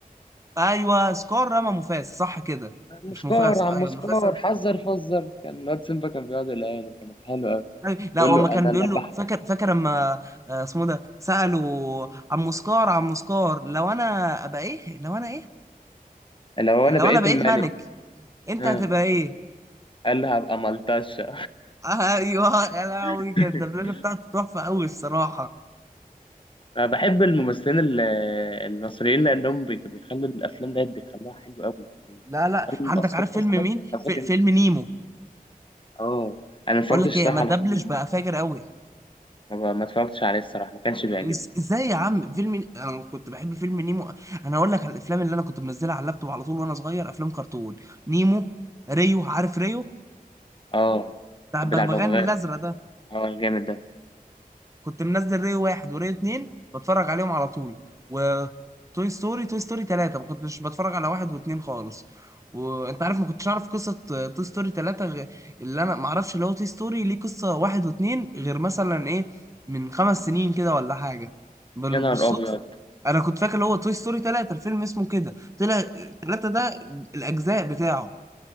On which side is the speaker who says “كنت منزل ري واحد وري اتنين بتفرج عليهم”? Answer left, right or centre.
Right